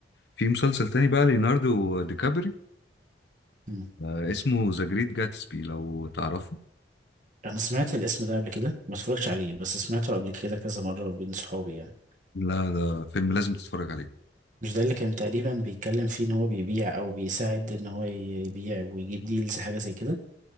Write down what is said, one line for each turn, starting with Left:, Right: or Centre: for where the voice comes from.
Left: في مسلسل تاني بقى ليوناردو دي كابري
Right: مم.
Left: آه اسمه ذا جريت جاتسبي لو تعرفه
Right: أنا سمعت الاسم ده قبل كده ما اتفرجتش عليه بس سمعته قبل كده كذا مرة بين صحابي يعني
Left: لا ده فيلم لازم تتفرج عليه
Right: مش ده اللي كان تقريبا بيتكلم فيه ان هو بيبيع او بيساعد ان هو ي- يبيع ويجيب ديلز حاجة زي كده